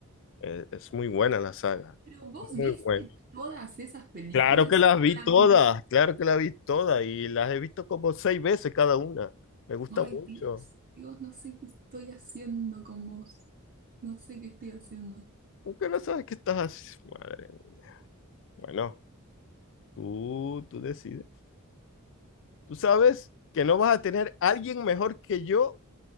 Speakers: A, on the left (about 60°); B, on the right (about 40°).
A: es, es muy buena la saga,
B: Pero vos
A: muy
B: viste
A: buena.
B: todas esas películas
A: Claro que las
B: y
A: vi
B: solamente-
A: todas, claro que las vi todas y las he visto como seis veces cada una. Me gusta
B: Ay,
A: mucho.
B: Dios, Dios, no sé qué estoy haciendo con vos. No sé qué estoy haciendo.
A: ¿Por qué no sabes qué estás haciendo? Madre mía. Bueno. Tú, tú decides. Tú sabes que no vas a tener alguien mejor que yo